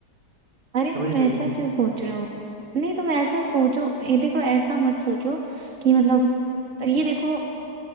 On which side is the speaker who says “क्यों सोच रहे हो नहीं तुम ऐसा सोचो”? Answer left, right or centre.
Right